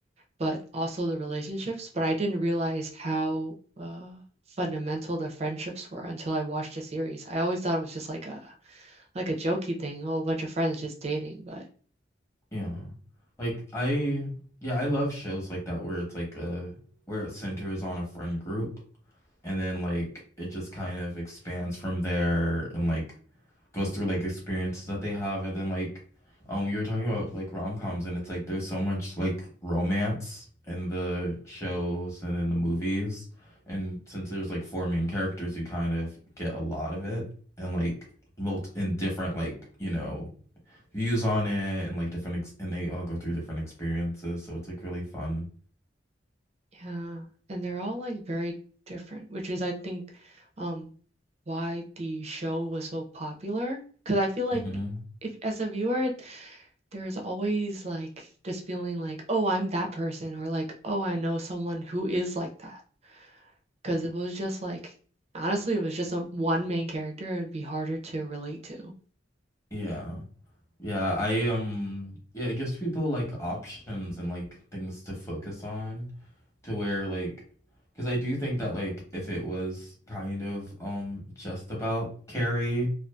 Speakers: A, on the right (about 35°); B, on the left (about 15°).
A: but also the relationships, but I didn't realize how uh fundamental the friendships were until I watched the series. I always thought it was just like a like a jokey thing, oh, a bunch of friends just dating, but
B: Yeah. Like I, yeah, I love shows like that where it's like a, where it centers on a friend group and then like it just kind of expands from there and like goes through like experiences that they have and then like um you were talking about like rom-coms and it's like there's so much like romance in the shows and in the movies and since there's like four main characters you kind of get a lot of it and like mult in different like you know views on it and like different ex- and they all go through different experiences so it's like really fun
A: Yeah, and they're all like very different, which is I think um why the show was so popular. Because I feel like
B: hmm
A: if as a viewer, there's always like just feeling like, oh, I'm that person, or like, oh, I know someone who is like that. Because if it was just like, honestly, it was just a one main character, it'd be harder to relate to.
B: yeah yeah I um yeah it gives people like options and like things to focus on to where like because I do think that like if it was kind of um just about Carrie